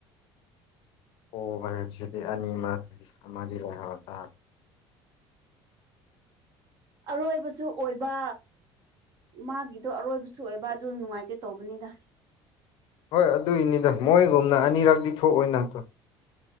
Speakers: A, on the left (about 55°); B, on the right (about 45°).
A: ꯄꯣꯕꯥ ꯍꯥꯏꯕꯁꯤꯗꯤ ꯑꯅꯤꯃꯛ ꯑꯃꯗꯤ ꯂꯩꯍꯧꯇꯕꯅꯤ <inaudible>
B: ꯑꯔꯣꯏꯕꯁꯨ ꯑꯣꯏꯕ ꯃꯥꯒꯤꯗꯣ ꯑꯔꯣꯏꯕꯁꯨ ꯑꯣꯏꯕ ꯑꯗꯨ ꯅꯨꯡꯉꯥꯏꯇꯦ ꯇꯧꯕꯅꯤꯗ
A: ꯍꯣꯏ ꯑꯗꯨꯏꯅꯤꯗ ꯃꯣꯏꯒꯨꯝꯅ ꯑꯅꯤꯔꯛꯗꯤ ꯊꯣꯛꯑꯣꯏꯅ ꯑꯗꯣ